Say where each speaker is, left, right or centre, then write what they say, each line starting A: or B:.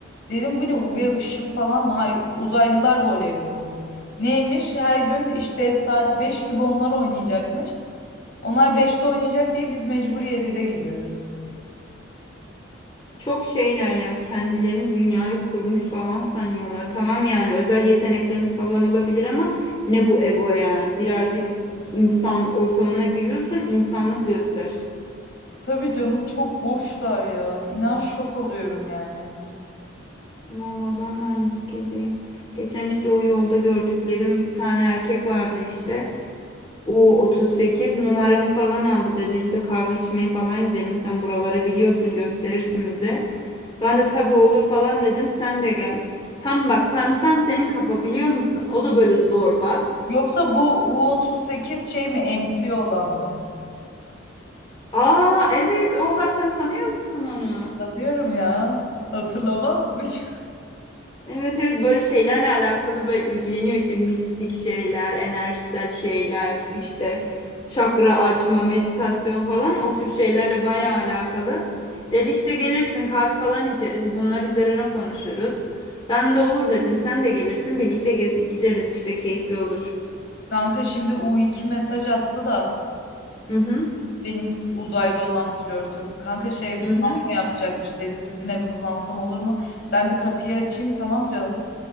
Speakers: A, on the left (about 60°); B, on the left (about 25°).
A: Dedim bu ne UV ışın falan mı? Hay uzaylılar voleybolu. Neymiş? Her gün işte saat 5 gibi onlar oynayacakmış. Onlar beşte oynayacak diye biz mecbur 7'de gidiyoruz.
B: Çok şeyler ya kendilerini dünyayı kurmuş falan sanıyorlar. Tamam yani özel yetenekleriniz falan olabilir ama ne bu ego yani? Birazcık insan ortamına giriyorsun, insanlık göster.
A: Tabii canım çok boşlar ya. İnan şok oluyorum yani.
B: Vallahi ben de aynı fikirdeyim. Geçen işte o yolda gördüklerim bir tane erkek vardı işte. U38 numaramı falan aldı dedi işte kahve içmeye falan gidelim sen buraları biliyorsun gösterirsin bize. Ben de tabii olur falan dedim sen de gel. Tam bak tanısan senin kafa biliyor musun? O da böyle zorba.
A: Yoksa bu U38 şey mi MC olan mı?
B: Aa evet oha sen tanıyorsun onu.
A: Tanıyorum ya. Hatırlamaz mıyım?
B: Evet evet böyle şeylerle alakalı böyle ilgileniyor işte mistik şeyler, enerjisel şeyler, işte çakra açma, meditasyon falan o tür şeylerle bayağı alakalı. Dedi işte gelirsin kahve falan içeriz bunlar üzerine konuşuruz. Ben de olur dedim sen de gelirsin birlikte gez- gideriz işte keyifli olur.
A: <laughs> Kanka şimdi u iki mesaj attı da
B: Hı hı.
A: benim uzaylı olan flörtüm. Kanka şey banyo
B: Hı hı.
A: yapacakmış dedi. Sizin evi kullansam olur mu? Ben bir kapıyı açayım tamam canım.